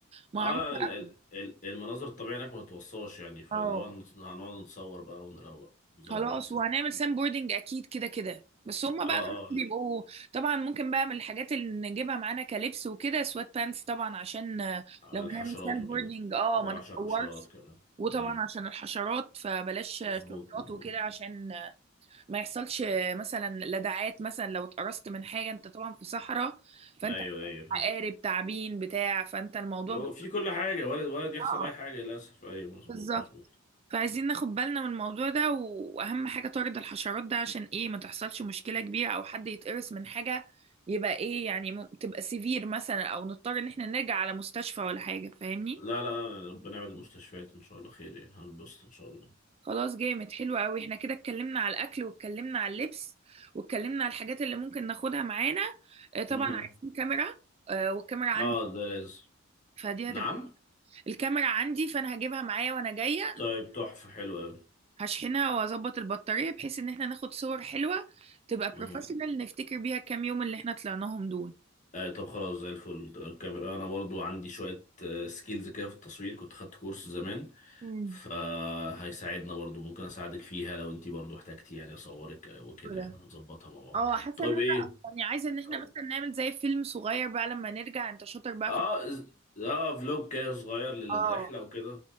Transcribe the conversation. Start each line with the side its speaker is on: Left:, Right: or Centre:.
Right: معروفة
Left: اه لا ال- ال-
Right: قوي
Left: ال- المناظر الطبيعية هناك ما تتوصاش يعني فاللي
Right: اه
Left: هو هنقعد نتصور بقى ونروق نظبط
Right: خلاص
Left: نفسنا
Right: وهنعمل سام بوردنج اكيد كده كده بس هما
Left: اه
Right: بقى خلاص بيبقوا طبعا ممكن بقى من الحاجات اللي نجيبها معانا كلبس وكده سوات بانس طبعا عشان آه،
Left: اه
Right: لو
Left: الحشرات
Right: هنعمل سام
Left: وكده
Right: بوردنج اه
Left: وعشر
Right: ما نتطورش
Left: حشرات كمان
Right: وطبعا
Left: مم.
Right: عشان الحشرات فبلاش
Left: مظبوط
Right: آه، شورتات
Left: مظبوط
Right: وكده عشان آه، ما يحصلش آه، مثلا لدغات مثلا لو اتقرصت من حاجة انت طبعا في صحراء فانت
Left: ايوه ايوه
Right: عقارب تعابين بتاع فانت الموضوع
Left: لو
Right: ب...
Left: في كل حاجة ولد ولد يحصل
Right: اه
Left: اي حاجة للاسف ايوه مظبوط
Right: بالظبط
Left: مظبوط
Right: فعايزين ناخد بالنا من الموضوع ده و- واهم حاجة طارد الحشرات ده عشان ايه ما تحصلش مشكلة كبيرة او حد يتقرص من حاجة يبقى ايه يعني م- تبقى سيفير مثلا او نضطر ان احنا نرجع على مستشفى ولا حاجة فاهمني
Left: لا لا ربنا يبعد المستشفيات ان شاء الله خير يعني هنبسط ان شاء الله
Right: خلاص جامد حلو قوي احنا كده اتكلمنا على الاكل واتكلمنا على اللبس واتكلمنا على الحاجات اللي ممكن ناخدها معانا آه، طبعا
Left: مهم.
Right: عايزين كاميرا آه، والكاميرا عندي
Left: اه ده لازم
Right: فدي هتبقى
Left: نعم
Right: الكاميرا عندي فانا هجيبها معايا وانا جاية
Left: طيب تحفة حلو قوي
Right: هشحنها واظبط البطارية بحيث ان احنا ناخد صور حلوة تبقى
Left: مهم.
Right: بروفيشنال نفتكر بيها الكام يوم اللي احنا طلعناهم دول
Left: آه طب خلاص زي الفل ده الكاميرا انا برضو عندي شوية سكيلز كده في التصوير كنت خدت كورس زمان
Right: مم.
Left: فهيساعدنا برضو ممكن اساعدك فيها لو انتي برضو احتاجتي يعني اصورك آه، وكده
Right: كده
Left: يعني هنظبطها مع بعض
Right: اه حاسة
Left: طيب
Right: ان انا
Left: ايه
Right: يعني عايزة ان احنا
Left: طب
Right: مثلا نعمل زي فيلم صغير بقى لما نرجع انت شاطر بقى
Left: اه
Right: في
Left: ز- اه فلوج كده صغير للرحلة
Right: الحوار ده. اه
Left: وكده